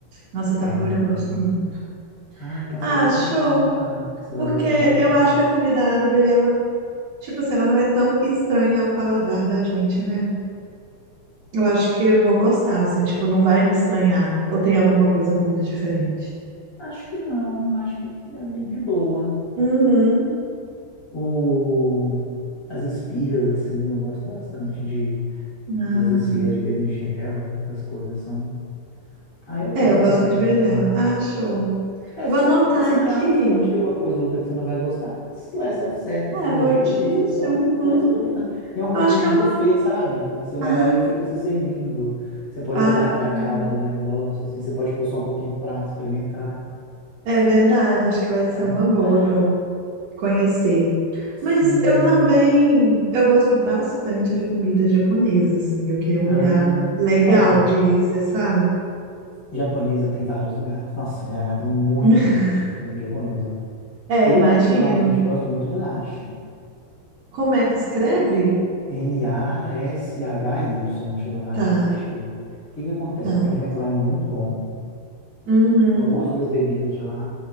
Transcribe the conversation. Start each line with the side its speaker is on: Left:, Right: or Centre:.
Right: Nossa,
Left: tem.
Right: tabule eu gosto muito.
Left: Ah, então
Right: Ah,
Left: você vai gostar
Right: show!
Left: de lá. Você vai
Right: Porque
Left: gostar bastante.
Right: eu acho que a comida árabe, ela, tipo assim, ela não é tão estranha ao paladar da gente, né? Eu acho que eu vou gostar, assim, tipo, não vai me estranhar. Ou tem alguma coisa muito diferente.
Left: Acho que não, acho que é bem de boa.
Right: Uhum.
Left: O... As esfirras, assim, eu gosto bastante de
Right: Ah,
Left: essas esfirras de berinjela, essas coisas são. Ah, eu gosto
Right: é, eu gosto
Left: bastante
Right: mais de berinjela.
Left: de lá.
Right: Ah, show.
Left: É,
Right: Vou
Left: se
Right: anotar
Left: você... assim,
Right: aqui.
Left: claro que pode ter uma coisa ou outra que você não vai gostar, mas lá é self-service,
Right: É,
Left: esses rodízios,
Right: rodízio.
Left: você só
Right: Uhum.
Left: vai experimentando. E é um rodízio
Right: Eu acho que
Left: de
Right: é uma.
Left: buffet, sabe? Você vai
Right: Ah,
Left: lá e fica se servindo. Você pode
Right: ah,
Left: olhar para a cara do negócio, assim, você pode pôr só um pouquinho no prato, experimentar.
Right: é verdade. Acho que vai ser
Left: sabe?
Right: uma boa
Left: É,
Right: para eu conhecer.
Left: sim.
Right: Mas eu também, eu gosto bastante de comidas japonesas, assim. Eu queria um
Left: Ah,
Right: lugar legal
Left: olha,
Right: de ir, você sabe?
Left: japonesa tem vários lugares. Nossa, BH tem muito
Right: <laughs>
Left: rodízio de comida japonesa.
Right: É,
Left: Eu,
Right: imagino.
Left: particularmente, gosto muito do Nashi.
Right: Como é que escreve?
Left: N-A-S-H-Y, chama Nashi
Right: Tá,
Left: Sushi. O que que acontece?
Right: tá.
Left: O atendimento lá é muito bom.
Right: Uhum.
Left: Eu gosto das bebidas de lá.